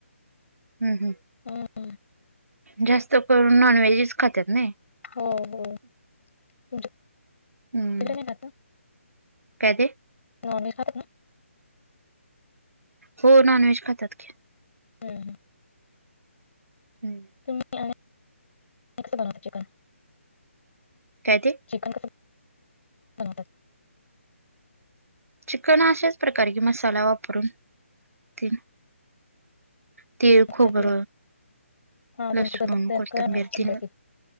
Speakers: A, on the right (about 80°); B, on the left (about 60°).
A: हं, हं,
B: हम्म
A: जास्त करून नॉनव्हेजच खात्यात नाही.
B: हो, हो. तुमच्या
A: हम्म,
B: तिकडे नाही खात ना
A: काय ते?
B: नॉनव्हेज खात का?
A: हो नॉनव्हेज खात्यात कि.
B: <unintelligible>
A: हम्म.
B: <unintelligible> हे कस बनवायचं चिकन?
A: काय ते?
B: चिकन कस बनवतात?
A: चिकन अशाच प्रकारे कि, मसाला वापरून तेन. तिळ,
B: तुमच्या
A: खोबर.
B: हा
A: प्लशरूम,
B: तुमची पद्धत
A: कोथिंबीर
B: काय? रेसिपी
A: मेन.